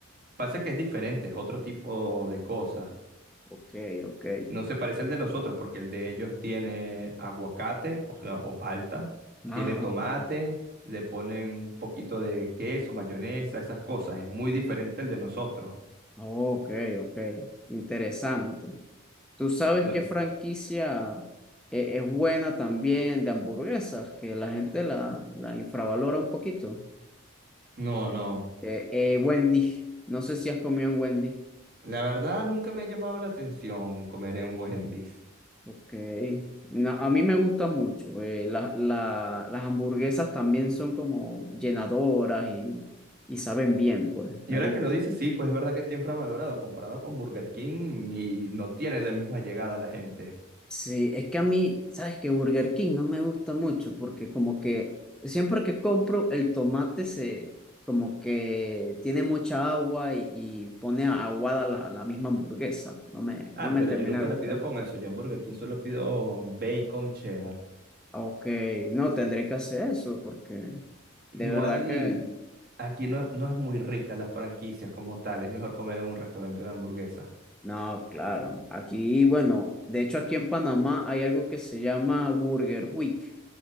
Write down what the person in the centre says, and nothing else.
Ok, ok.
Ah,
ok, ok. Interesante. ¿Tú sabes
qué franquicia e- es buena también de hamburguesas? Que la gente la, la infravalora un poquito.
Eh, eh, Wendy. No sé si has comido en Wendy.
Ok. No, a mí me gusta mucho. eh, la- la- las hamburguesas también son como llenadoras y, y saben bien, pues,
me
gustan.
Sí, es que a mí, ¿sabes que Burger King no me gusta mucho porque como que siempre que compro el tomate se como que tiene mucha agua y, y pone aguada la, la misma hamburguesa. No me,
no me
termina
de gustar.
Ok, no, tendré que hacer eso porque
de verdad que...
No, claro. Aquí, bueno, de hecho aquí en Panamá hay algo que se llama Burger Week,